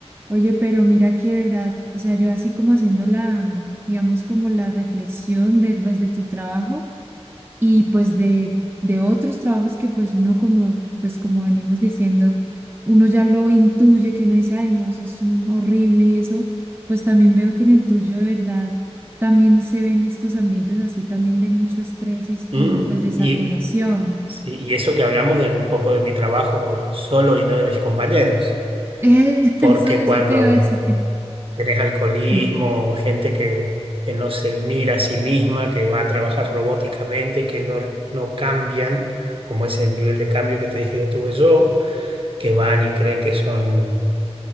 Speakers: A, on the right; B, on the right.
A: Oye, pero mira que verdad, o sea, yo así como haciendo la, digamos, como la reflexión de, pues, de tu trabajo y pues de, de otros trabajos que pues uno como, pues como venimos diciendo, uno ya lo intuye, que uno dice, ay, no, eso es un horrible y eso, pues también veo que en el tuyo de verdad también se ven estos ambientes así también de mucho estrés y,
B: Mm,
A: y, pues de
B: Y,
A: saturación.
B: sí,
A: <laughs>
B: y eso que hablamos de un poco de mi trabajo solo y no de mis compañeros,
A: Eh,
B: porque
A: eso, eso
B: cuando
A: te iba a decir.
B: Tenés alcoholismo,
A: Sí.
B: gente que, que no se mira a sí misma, que va a trabajar robóticamente y que no, no cambian, como ese nivel de cambio que te dije que tuve yo, que van y creen que son